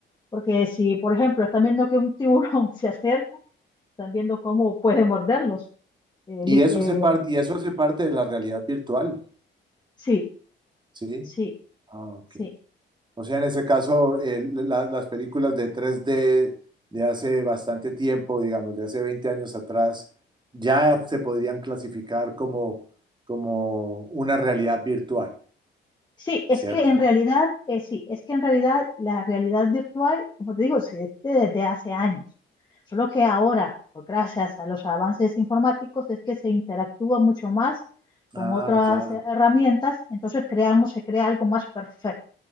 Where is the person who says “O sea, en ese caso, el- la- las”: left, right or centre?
Right